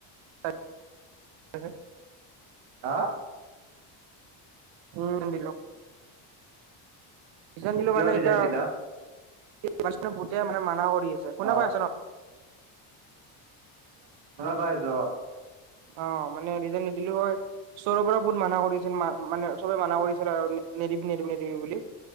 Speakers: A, on the right; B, on the right.
A: <unintelligible>
B: হা
A: উম কন্দিলো ইজন দিলো
B: কিয়
A: মানে
B: ৰিজাইন
A: এতিয়া
B: দিলা
A: মান গোতে মানে মানা কৰি আছে শুনা
B: অ
A: পাই আছ ন।
B: শুনা পাইছোৱা।
A: অ মানে। বুলি কয় চৰৰ পৰা বহুত মানা কৰিছিল ম মানে চবে মানা কৰিছিল আৰু নেদিবি নেদিবি নেদিবি বুলি।